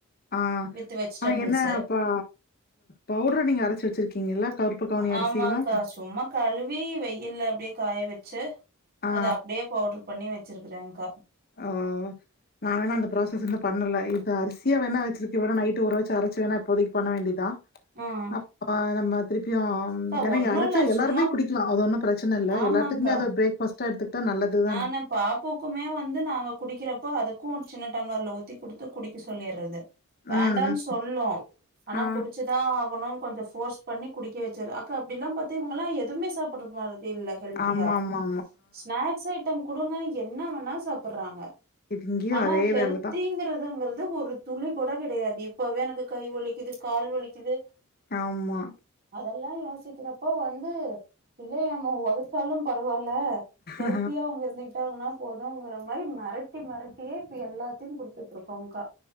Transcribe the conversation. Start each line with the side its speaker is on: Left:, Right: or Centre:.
Left: ஆ
Right: வித் வெஜிடபிள்ஸ்
Left: ஆனா என்ன அப்ப பவுடர் நீங்க அரச்சு வச் சிருக்கிங்கல்ல கருப்பு கவ்னி அரிசி
Right: ஆமாங்க்கா
Left: எல்லா
Right: சும்மா கழுவி வெயில்ல அப்டியே காய வச்சு
Left: ஆ.
Right: அத அப்டியே பவுடர் பண்ணி வச்சிருக்கறேங்கா
Left: ஆ நா வேணா அந்த ப்ராசஸ் இன்னு பண்ணல இது அரிசிய வேணா வச்சிருக்க வேணா நைட்டு ஊர வச்சு அரச்சு வேணா இப்போதிக்கு பண்ண வேண்டியதா
Right: ம்
Left: அப்பா நம்ம திருப்பியு
Right: க்கா
Left: ஏனா
Right: ஒன்னு
Left: அரச்ச
Right: இல்ல
Left: எல்லாருமே
Right: சும்மா
Left: குடிக்கலா அது ஒன்னு ப்ரச்சன இல்ல
Right: ஆமாங்க்கா
Left: எல்லாத்துக்குமே அது ஒரு பிரேக் ஃபாஸ்ட் முட்ட எடுத்துக்கிட்டா நல்லது தான
Right: நானு பாப்புக்குமே வந்து நாங்க குடிக்கறப்போ அதுக்கு ஒரு சின்ன டம்ளர்ல ஊத்தி குடுத்து குடிக்க சொல்லிர்றது வேண்டான்னு
Left: ம், ம்.
Right: சொல்லு ஆனா
Left: ஆ.
Right: குடிச்சு குடிச்சு தா ஆகணு கொஞ்சோ போர்ஸ் பண்ணி குடிக்க வெச்சிரு அக்கா அப்டி எல்லா பாத்தி இவங்கல்லா எதுமே சாப்பற மாரி இல்ல ஹெல்த்தியா
Left: ஆம்மாம்மா
Right: ஸ்நாக்ஸ் ஐட்டம் குடுங்க என்னா வேணா சாப்ட்றாங்க
Left: இங்கேயும்
Right: ஆனா
Left: அதே
Right: ஹெல்திங்கிறதுங்கறது
Left: வேல தான்.
Right: ஒரு துளி கூட கெடையாது இப்பவே எனக்கு கை வலிக்குது கால் வலிக்குது
Left: ஆம்மா
Right: அதெல்லா யோசிக்கிறப்போ வந்து பிள்ளைய நம்ம உதச்சாலு பரவால்ல ஹெல்த்தியா
Left: ஆ.
Right: அவ்ங்க இருந்திக் கிட்டாங்குனா போதுங்கிற மாரி மெரட்டி மெரட்டியே இப்ப எல்லாத்தையு குடுத்துட்டு இருக்கோங்கா